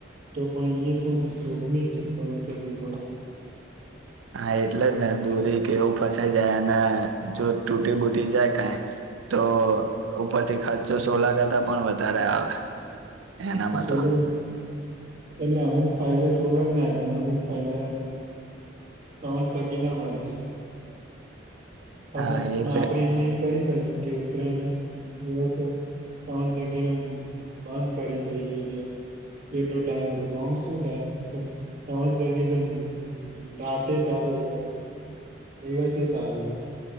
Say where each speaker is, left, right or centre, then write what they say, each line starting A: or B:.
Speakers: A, on the right; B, on the right.
A: તો પણ એ થોડું જોખમી જ છે પવનચકી <unintelligible>
B: હા એટલે જ ને દોરી કે એવું ફસાઈ જાય અને જો તૂટી બૂટી જાય કઈ તો ઉપરથી ખર્ચો સોલા કરતા પણ વધારે આવે એનામાં
A: સોલર
B: તો
A: એટલે અમુક ફાયદા સોલર ના છે ને અમુક ફાયદા પવનચકી ના પણ છે હ
B: હા એ
A: આપડે
B: છે
A: એમાં એમ કરી શકીએ કે ઉત્તરાયણ દિવસે પાંચ જગ્યા ને બંધ કરી દઈએ કે એટલો ટાઈમ પડ્યો આમ શું થાય પવન <unintelligible> રાતે ચાલુ રહેને દિવસે ચાલવે